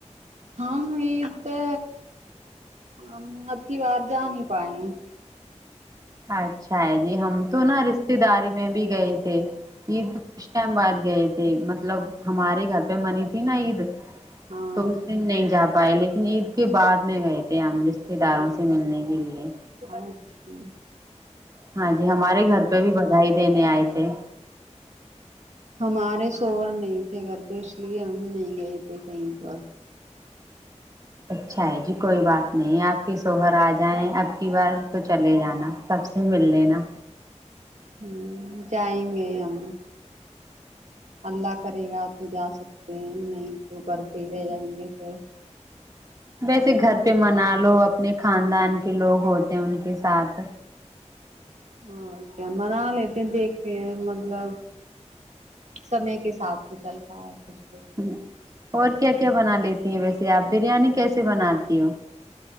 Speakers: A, on the right; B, on the right.
A: ہم یہ تو ہم اب کی بار جا نہیں پائے ہیں
B: اچھا ہے جی ہم تو نا رشتے داری میں بھی گئے تھے عید کچھ ٹائم بعد گئے تھے مطلب ہمارے گھر پہ منی تھی نا عید
A: ہاں
B: تو اس دن نہیں جا پائے لے نید بد میں گئے تھے ہم ج رشتے داروں سے ملنے کے لیے
A: اچ ہ
B: ہاں جی ہمارے گھر پہ بھی بدھائی انے آئیتے
A: ہمارے شور نہیں تھے گھر پہ اس لیے ہم نہیں گئے تھے کہیں پر
B: اچھا ہے جی کوئی بات نہیں آپ کے سوہر آ جائیں اب کی بار تو چلے جانا تب سے مل لینا
A: ہ جائیں گے ہم اللہ کرے گا تو جا سکتے ہیں نہیں تو کر کے ہی رہ جائیں گے پھر
B: ویسے گھر پہ منا لو اپنے خاندان کے لوگ ہوتے ہیں ان کے ساتھ
A: اور کیا منا لیتے دیکھتے ہیں مطلب سمے کے ساتھ چلتا ہے کچھ کچھ
B: ہوں اور کیا کیا بنا لیتی ہیں ویسے آپ بریانی کیسے بناتی ہو